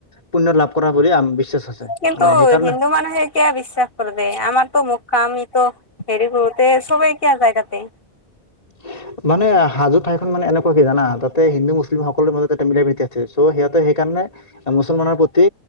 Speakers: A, on the left; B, on the left.
A: পুণ্য লাভ কৰা। বুলি আম বিশ্বাস আছে
B: কিন্তু
A: মানে সেইকাৰণে
B: হিন্দু মানুহে কিয় বিশ্বাস কৰে দে আমাৰটো মক্কা আমি‌ ত হেৰি কৰোতে চবে কিয় যায় তাতে?
A: <inaudible> মানে হাজো ঠাইখন মানে এনেকুৱা কি জানা তাতে হিন্দু মুছলিম সকলৰ মাজত তাতে মিলা প্ৰীতি আছে সিহঁতে সেইকাৰণে। মুছলমানৰ প্ৰতি